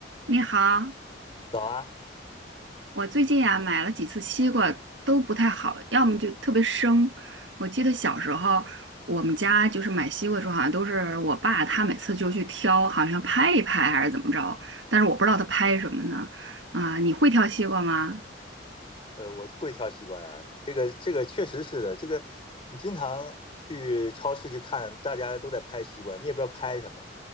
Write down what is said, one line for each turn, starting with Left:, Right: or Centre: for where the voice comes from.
Right: 你好，
Left: 早啊，
Right: 我最近呀、买了几次西瓜都不太好，要么就特别生。我记得小时候我们家就是买西瓜的时候，好像都是我爸他每次就去挑，好像拍一拍还是怎么着，但是我不知道他拍什么呢。啊、你会挑西瓜吗？
Left: 呃，我会挑西瓜呀，这个这个确实是的，这个你经常去超市去看，大家都在拍西瓜，你也不知道拍什么。